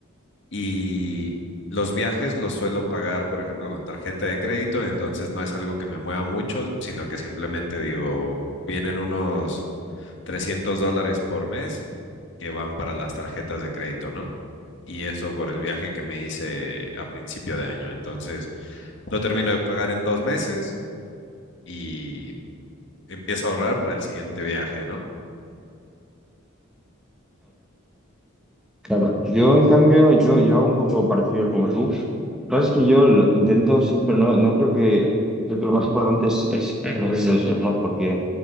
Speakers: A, on the left (about 60°); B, in the centre.
A: y los viajes los suelo pagar, por ejemplo, con tarjeta de crédito, entonces no es algo que me mueva mucho, sino que simplemente digo, vienen unos 300 dólares por mes que van para las tarjetas de crédito, ¿no? Y eso por el viaje que me hice a principio de año. Entonces, lo termino de pagar en dos meses y empiezo a ahorrar para el siguiente viaje, ¿no?
B: Claro, yo en cambio, yo, yo hago un poco parecido como tú. Lo que pasa es que yo lo intento siempre, no, no creo que, creo que lo más importante es, es tener <laughs> ingresos, ¿no? Porque